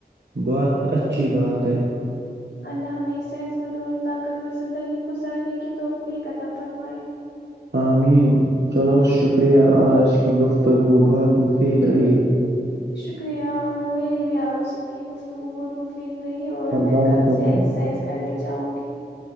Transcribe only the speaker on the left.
اللہ ہمیں صحت مند اور طاقتور زندگی گزارنے کی توفیق عطا فرمائے
شکریہ اور میری بھی اپ سے کی گفتگ کو بہت مفید اور میں
کل
سے ایکسرسائز کر رہی ہوں جاؤ گی